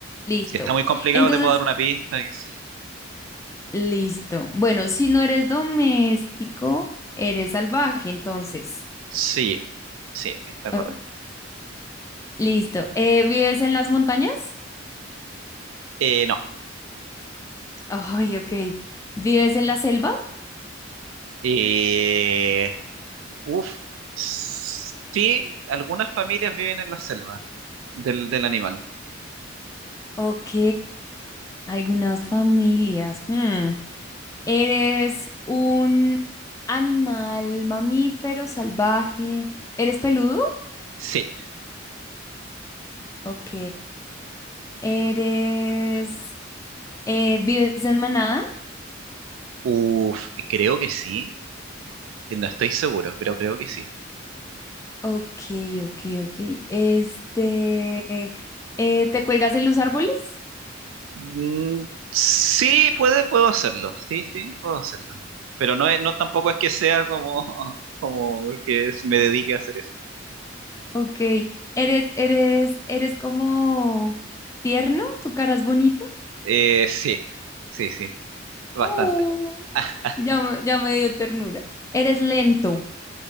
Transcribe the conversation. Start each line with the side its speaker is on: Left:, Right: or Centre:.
Left: Listo.
Right: Si está muy complicado,
Left: Entonces,
Right: te puedo dar una pista, qué sé yo.
Left: listo. Bueno, si no eres doméstico, eres salvaje, entonces.
Right: Sí, sí, está
Left: Ok,
Right: correcto.
Left: Listo. Eh, ¿vives en las montañas?
Right: Eh, no.
Left: Ay, ok. ¿Vives en la selva?
Right: Eh, uf. Sí, algunas familias viven en la selva del, del animal.
Left: Ok. Algunas familias. Hmm. ¿Eres un animal mamífero salvaje? ¿Eres peludo?
Right: Sí.
Left: Ok. Eres, eh, ¿vives en Manada?
Right: Uf, creo que sí. No estoy seguro, pero creo que sí.
Left: Ok, ok, ok. Este, eh, ¿te cuelgas en los árboles?
Right: Mm, sí, puede, puedo hacerlo. Sí, sí, puedo hacerlo. Pero no es, no tampoco es que sea como, <laughs> como que es- me dedique a hacer eso.
Left: Ok. ¿Eres, eres, eres como tierno? ¿Tu cara es bonita?
Right: Eh, sí, sí, sí, bastante.
Left: Oh,
Right: <laughs>
Left: ya, me- ya me dio ternura. ¿Eres lento?